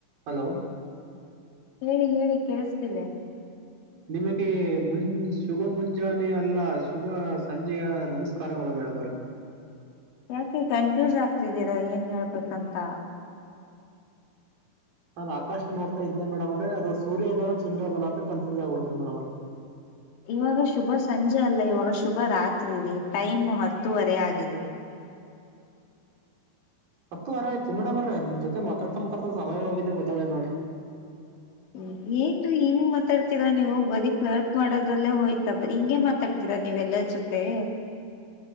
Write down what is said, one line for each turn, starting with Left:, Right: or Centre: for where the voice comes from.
Right: Hello
Left: ಹೇಳಿ ಹೇಳಿ ಕೇಳಿಸ್ತಿದೆ.
Right: ನಿಮಗೆ ಮುನ್ ಶುಭ ಮುಂಜಾನೆ ಅಲ್ಲ ಶುಭ ಸಂಜೆಯ ನಮಸ್ಕಾರಗಳು ಮೇಡಮ್ಮೊರೆ
Left: ಯಾಕೆ ಕನ್ಫ್ಯೂಸ್ ಆಗ್ತಿದ್ದೀರಾ ಏನ್ ಹೇಳ್ಬೇಕಂತ?
Right: ನಾನ್ ಆಕಾಶ ನೋಡ್ತಾ ಇದ್ನ ಮೇಡಮ್ಮೋರೆ ಅದು ಸೂರ್ಯ ಇದನ ಚಂದ್ರ ಇದನ ಅಂತ ಕನ್ಫ್ಯೂಸ್ ಆಗ್ಬಿಡ್ತು ರಿ ಮೇಡಮ್ಮೋರೆ.
Left: ಇವಾಗ ಶುಭ ಸಂಜೆ ಅಲ್ಲ ಇವಾಗ ಶುಭ ರಾತ್ರಿ ರೀ ಟೈಮ್ ಹತ್ತುವರೆ ಆಗಿದೆ.
Right: ಹತ್ತುವರೆ ಆಯ್ತ ರೀ ಮೇಡಮ್ಮೋರೆ ನಿಮ್ ಜೊತೆ ಮಾತಾಡ್ತಾ ಮಾತಾಡ್ತಾ ಸಮಯ ಹೋಗಿದ್ದೆ ಗೊತ್ತಾಗ್ಲಿಲ್ಲ ನೋಡ್ರಿ.
Left: ಹ್ಮ ಏನ್ರಿ ಹಿಂಗ್ ಮಾತಾಡ್ತೀರಾ ನೀವು ಬರೀ ಫ್ಲರ್ಟ್ ಮಾಡೋದ್ರಲ್ಲೇ ಹೋಯ್ತಾ ಬ ಹಿಂಗೆ ಮಾತಾಡ್ತೀರಾ ನೀವ್ ಎಲ್ಲರ ಜೊತೆ?